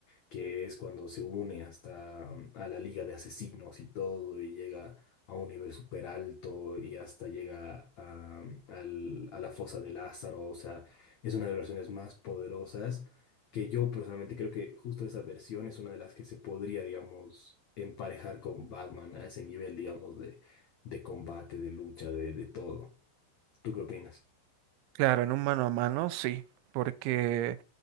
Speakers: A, on the left; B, on the right.
A: que es cuando se une hasta mm, a la Liga de Asesinos y todo, y llega a un nivel súper alto y hasta llega a, mm, al- a la fosa de Lázaro. O sea, es una de las versiones más poderosas que yo personalmente creo que justo esa versión es una de las que se podría, digamos, emparejar con Batman a ese nivel, digamos, de, de combate, de lucha, de, de todo. ¿Tú qué opinas?
B: Claro, en un mano a mano, sí, porque